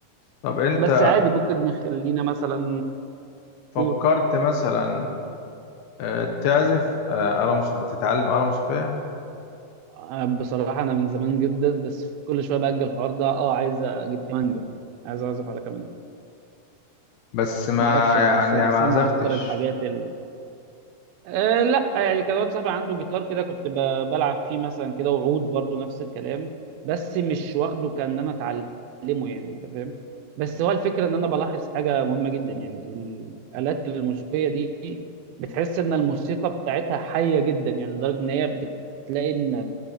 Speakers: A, on the left (about 75°); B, on the right (about 80°).
A: طب انت
B: بس عادي ممكن نخلينا مثلا
A: فكرت
B: قول
A: مثلا آه، تعزف آه، آلة موسيقية تتعلم آلة موسيقية
B: آه، بصراحة أنا من زمان جدا بس كل شوية بأجل الحوار ده أه عايز أجيب كمانجة عايز أعزف على كمانجة
A: بس ما
B: ما اعرفش يعني
A: يعني
B: بس بحسها
A: ما عزفتش
B: من اكتر الحاجات ال... أه لا يعني كان واحد صاحبي عنده جيتار كده كنت ب... بلعب فيه مثلا كده وعود برضو نفس الكلام بس مش واخده كان انا اتعلمه يعني انت فاهم بس هو الفكره ان انا بلاحظ حاجه مهمه جدا يعني الالات الموسيقيه دي بتحس ان الموسيقى بتاعتها حيه جدا يعني لدرجه ان هي بتلاقي ان